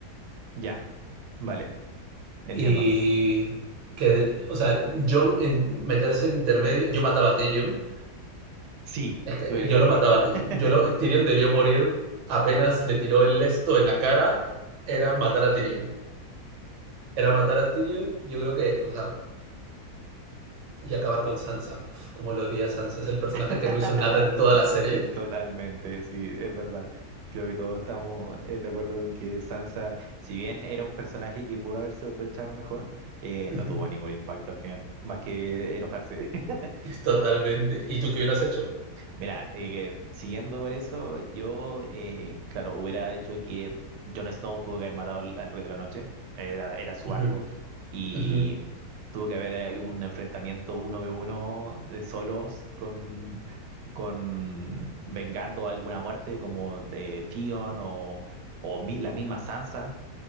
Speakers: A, on the right (about 85°); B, on the right (about 55°).
A: Ya, vale, entiendo.
B: Y que, o sea, Jon en meterse en intermedio, yo mataba a Tyrion.
A: Sí,
B: Es que
A: tuviera
B: yo
A: que haber
B: lo
A: muerto.
B: mataba.
A: <laughs>
B: Yo lo, Tyrion debió morir apenas le tiró el esto en la cara. Era matar a Tyrion. Era matar a Tyrion. Yo creo que, o sea, y acabar con Sansa. Uf, como lo odia Sansa. Es el personaje
A: <laughs>
B: que no hizo nada en toda la serie.
A: Totalmente, sí, es verdad. Creo que todos estamos eh, de acuerdo con que Sansa, si bien era un personaje que pudo haberse aprovechado mejor, eh,
B: <laughs>
A: no tuvo ningún impacto al final, más que enojarse. <laughs>
B: totalmente. ¿Y tú qué hubieras hecho?
A: Mira, eh, siguiendo por eso, yo, eh, claro, hubiera hecho que Jon Snow tuvo que haber matado al, al Rey de la Noche, era, era su
B: Uh-huh,
A: arco, y
B: uh-huh,
A: tuvo que haber eh, un enfrentamiento uno v uno de solos con, con vengando alguna muerte como eh, Theon o, o mi- la misma Sansa